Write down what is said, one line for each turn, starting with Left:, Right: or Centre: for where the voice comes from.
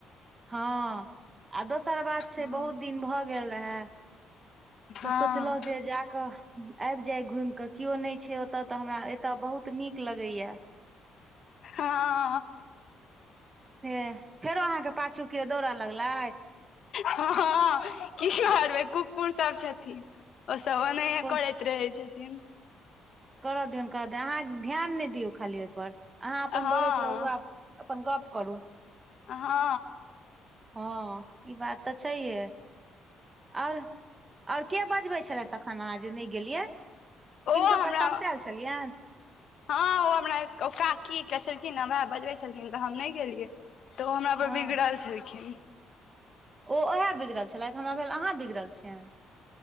Right: हँ आ दोसर बात
Left: हँ
Right: छै बहुत दिन भऽ गेल रहे
Left: हँ
Right: तऽ सोचलहुँ जे जा कऽ आबि जाय घुइम कऽ किओ नै छै ओत ओतय तऽ हमरा एतय बहुत नीक लगैया।
Left: हँ।
Right: ह फेरो अहाँ के पाछू किओ दौड़ लगलै।
Left: हँ की करबै कुकुर सब छथिन। ओसभ ओनाहिये
Right: कोन
Left: करैत रहै छथिन।
Right: करऽ दियौन करऽ दियौ अहाँ ध्यान नै दियौ खाली ओहिपर अहाँ अपन
Left: हँ
Right: दौड़ैत रहू आब अपन गप करू।
Left: अ हँ।
Right: हँ ई बात तऽ छैहे। आओर ओर के बजबै छले तखन अहाँ जे नै गेलियै।
Left: ओ
Right: किनको
Left: हमरा
Right: पर तमसेल छलियैन
Left: हँ ओ हमरा काकी के छलखिन हमरा बजबै छलखि। न तऽ हम नै गेलियै। तऽ ओ हमरा
Right: हँ
Left: पर बिगड़ल छलखिन।
Right: ओ ओहे बिगड़ल छलैथ हमरा भेल अहाँ बिगड़ल छियैन